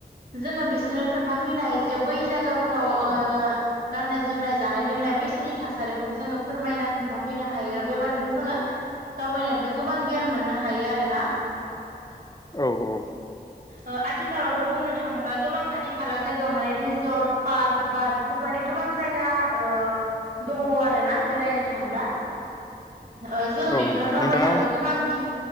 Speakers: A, on the right (about 65°); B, on the left (about 25°).
A: जोङो बिसोरनो खोन्थाफैनो हायो जे बै जायगाफोराव ओ गाननाय जोमनाय जानाय लोंनाय बै सोरनि थासारिखौबो जोङो फोरमायना खोन्थाफैनो हायो बेबादिनो जोङो दावबायनायनिफ्राय गोबां गियान मोननो हायो आरोना।
B: औ औ।
A: ओ आथि खालावथ' बुंनो थाङोबा गोबां खाथि खाला जायगायाव माने रिजर्ट पार्क बा बेफोरबायदि गोबां जायगा ओ दङ आरोना बेरायनो थांब्ला ओ जोङो
B: औ
A: बेफोराव
B: नोंथां
A: दावबायनाबो
B: नोंथाङा
A: गोबां गि